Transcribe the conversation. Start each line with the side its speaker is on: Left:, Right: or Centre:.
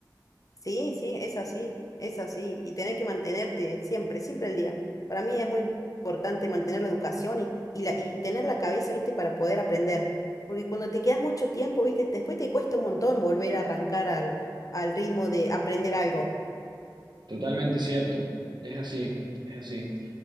Left: Sí, sí, es así, es así. Y tener que mantenerte siempre, siempre al día. Para mí es muy importante mantener la educación y, y, la, y tener la cabeza, ¿viste? Para poder aprender. Porque cuando te quedas mucho tiempo, ¿viste? Después te cuesta un montón volver a arrancar al, al ritmo de aprender algo.
Right: Totalmente cierto, es así, es así.